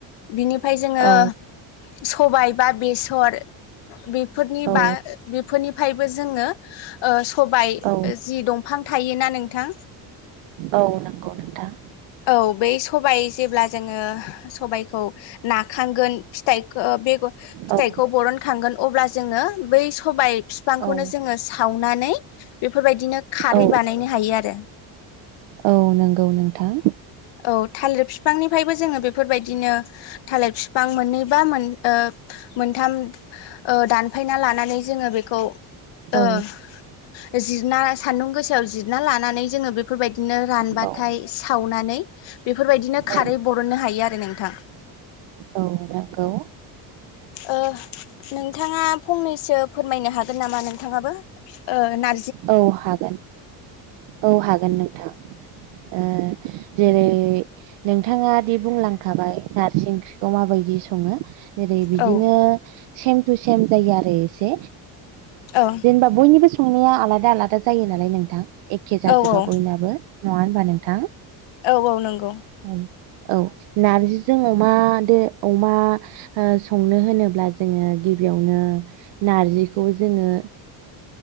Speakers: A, on the left (about 75°); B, on the right (about 80°).
A: बिनिफ्राय जोङो
B: औ
A: सबाय बा बेसर बेफोरनि
B: औ
A: बा बेफोरनि फ्रायबो जोङो ओ सबाय
B: औ
A: जि दंफां थायोना नोंथां?
B: औ नंगौ नोंथां
A: औ बै स सबा जेब्ला जोङो सबायखौ नाखांगोन फिथाइखौ बेगर फिथाइखौ
B: औ
A: बरनखांगोन अब्ला जोङो बै सबाय बिफांखौनो
B: औ
A: जोङो साव सावनानै बेफोरबायदिनो खारै
B: औ
A: बानायनो हायो आरो।
B: औ नंगौ नोंथां।
A: औ थालिर बिफांनिफ्रायबो जोङो बेफोरबायदिनो थालिर बिफां मोननैबा मोन ओ मोनथाम ओ दानफायना लानानै जोङो बेखौ
B: औ
A: ओ जिरना सान्दुं गोसायाव जिरना लानानै जोङो बेफोरबायदिनो रानबाथाय
B: औ
A: सावनानै बेफोरबायदिनो खारै
B: औ
A: बरननो हायो आरो नोंथां।
B: औ नंगौ।
A: ओ नोंथाङा फंनैसो फोरमायनो हागोन नामा नोंथाङाबो ओ ना
B: औ हागोन औ हागोन नोंथां। आ जेरै नोंथाङा दि बुंलांखाबाय नारजि ओंख्रिखौ माबायदि सङो। जेरै बिदिनो
A: औ
B: सेम टु सेम जायो आरो एसे।
A: औ
B: जेनेबा बयनिबो संनाया आलादा आलादा जायो नालाय नोंथां। एखे
A: औ
B: जाजोबा
A: औ
B: बयनाबो नङा होनबा नोंथां?
A: औ औ नंगौ
B: औ औ नारजिजों अमादो अमा ओ संनो होनोब्ला जोङो गिबियावनो नारजिखौ जोङो